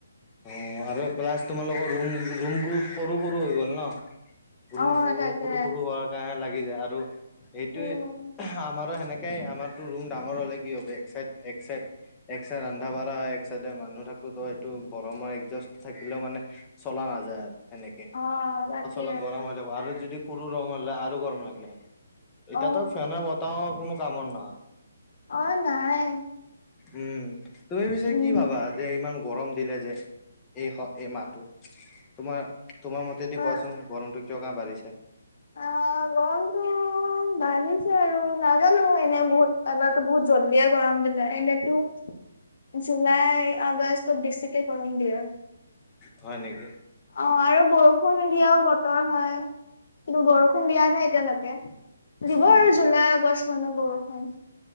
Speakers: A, on the left (about 15°); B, on the left (about 60°).
A: অ আৰু প্লাছ তোমালোকৰ ৰুম ৰুম বোৰ সৰু সৰু হৈ গ'ল ন ৰুমবোৰ
B: অ তাকে
A: সৰু সৰু হোৱাৰ কাৰণে লাগি যায় আৰু সেইটোৱে
B: উম
A: আমাৰো সেনেকাই আমাৰতো ৰুম ডাঙৰ হলে কি হ'ব এক চাইড এক চাইড এক চাইড ৰন্ধা বাঢ়া হয় এক চাইডে মানুহ থাকো ত এইটো গৰমৰ এডজাষ্ট থাকিলেও মানে চলা নাযায় আৰু সেনেকে
B: অ
A: পাচলে
B: তাকে
A: গৰম হৈ যাব আৰু যদি সৰু ৰুম হলে আৰু গৰম লাগিলে হয় এতিয়াতো
B: অ
A: ফেনৰ বতাহৰ কোনো কামৰ নহয়
B: অ নাই
A: উম তুমি পিছে
B: উম
A: কি ভাবা যে ইমান গৰম দিলে যে এই স এই মাহটো তোমাৰ তোমাৰ মতেদি
B: অ
A: কোৱাচোন গৰমটো কিয়হ কাৰণে বাঢ়িছে
B: অ গৰমটো বাঢ়িছ চে আৰু, নাজানো এনেই বহুত এবাৰতো বহুত জলদিয়ে গৰম দিলে, এনেতো জুলাই, আগষ্টত বেছিকে গৰম দিয়ে।
A: হয় নেকি?
B: অ' আৰু বৰষুণ দিয়াও বতৰ হয়। কিন্তু বৰষুণ দিয়া নাই এতিয়ালৈকে, দিব
A: উম
B: আৰু জুলাই আগষ্ট মানত বৰষুণ।